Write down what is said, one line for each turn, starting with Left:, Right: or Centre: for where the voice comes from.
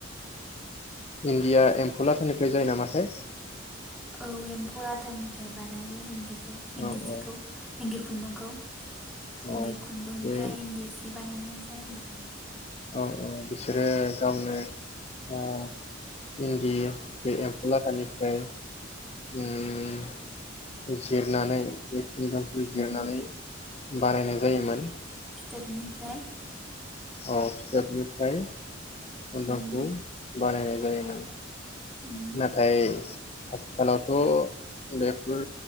Left: इनदिया एमफौ लाथानिफ्राय जायो नामाथाय
Centre: औ एम्फौ लाथानिफ्राय बानायो इनदिखौ इनदि
Left: औ
Centre: जिखौ।
Left: औ
Centre: इन्दि खुन्दुंखौ
Left: औ
Centre: इन्दि खुन्दुंनिफ्राय
Left: बे
Centre: इन्दि जिब बानायनाय जायो।
Left: औ औ बिसोरो गावनो ओ इन्दि बे एम्फौ लाथानिफ्राय उम जिरनानै बे खुन्दामखौ
Centre: उम
Left: जिरनानै बानायनाय जायोमोन
Centre: थोबनिफ्राय
Left: अ फिथोबनिफ्राय खुन्दुंखौ
Centre: उम
Left: बानायनाय जायो‌नो
Centre: उम
Left: नाथाय आथिखालावथ' बेफोर